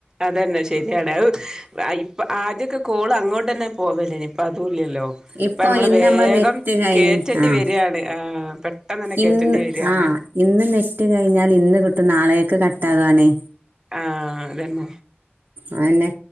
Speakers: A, on the right (about 15°); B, on the right (about 55°).
A: അതന്നെ ശരിയാണ് അത് ഇപ്പൊ ആദ്യൊക്കെ കോള് അങ്ങോട്ടന്നെ പോവല്ലേനി ഇപ്പൊ അതുല്ലല്ല
B: ഇപ്പൊ
A: ഇപ്പ നമ്മള്
B: ഇന്ന്
A: വേഗം
B: നമ്മളെ നെറ്റ് കഴിഞ്ഞ്
A: കേയറ്റേണ്ടി
B: ആഹ്
A: വരുയാണ് ആഹ് പെട്ടെന്നന്നെ കേയറ്റേണ്ടി
B: ഇന്ന്
A: വരിയാണ്.
B: ആഹ് ഇന്ന് നെസ്റ്റ് കഴിഞ്ഞാൽ ഇന്ന് കിട്ടും നാളെക്ക് കട്ടാവാണേ
A: ആഹ് അതന്നെ
B: അയന്നെ